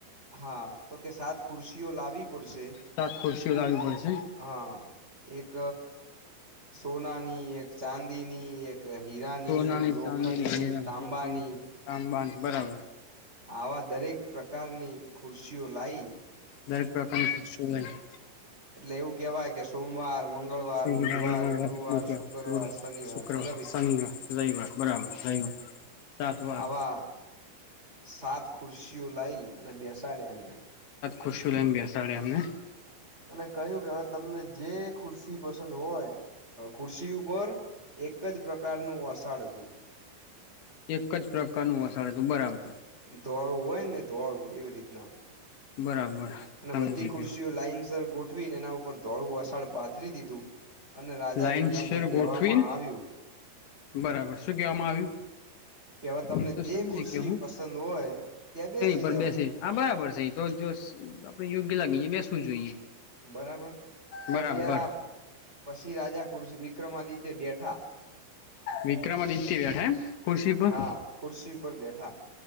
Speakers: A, on the right; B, on the left.
A: હા તો કે સાત ખુરશીઓ લાવી રશે
B: સાત ખુરશીઓ લાવવી પડશે
A: હા એક સોના ની એક ચાંદી ની એક. એક હીરાની
B: સોનાની
A: એક લોખંડની,
B: ચાંદીની હીરાની,
A: તાંબાની
B: લોખંડની તાંબાની બરાબર
A: આવા દરેક પ્રકારની ખુરશીઓ લાઇ
B: દરેક પ્રકારની ખુરશીઓ લાઈ
A: એટલે એવું કેહેવાય કે સોમવાર મંગળવાર
B: શનિવાર
A: બુધવાર
B: મંગળવાર
A: ગુરુવાર
B: બુધવાર
A: શુક્રવાર
B: ગુરુ
A: શનિવાર
B: શુક્રવાર
A: રવિ
B: શનિવાર રવિવાર બરાબર રવિવાર સાત વાર
A: આવા સાત ખુરશીઓ લઈ અને બેસાડે એમને
B: ખુરશી લઈને બેસાડે એમને
A: અને કહ્યું કે હવે તમને જે ખુરશી પસંદ હોય. ખુરશી ઉપર એક જ પ્રકારનું અષાડ હતું.
B: એક જ પ્રકારનું વસાાર હતું બરાબર
A: ધોળું હોય ને ધોવાળું એવી રીતના
B: બરાબર.
A: અને
B: સમજી
A: બધી ખુરશઓ
B: ગઈ
A: લાઈનસ ગોઠવીને એના ઉપર ધોળું વસાાળ પાથરી દીધું. અને રાજા
B: લાઈન
A: વિક્રમને
B: શેર
A: કહેવામાં
B: ગોઠવીને
A: આવ્યું.
B: બરાબર. શું કેવામાં આવ્યું?
A: કે હવે તમને
B: એતો
A: જે
B: સમજ
A: ખુરશી
B: કે હું
A: પસંદ હોય ત્યાં બેસી
B: એની પર
A: જાવ
B: બેસે આ બરાબર છે એ તો જોસ આપડે યોગ્ય લાગી મે શું જોઈએ.
A: બરાબર. તો
B: બરાબર
A: ત્યાં પછી રાજા ખુરશ વિક્રમાદિત્ય બેઠા
B: વિક્રમદિત્ય બેઠા એમ ખુરશી પર
A: હા ખુરશી ઉપર બેઠા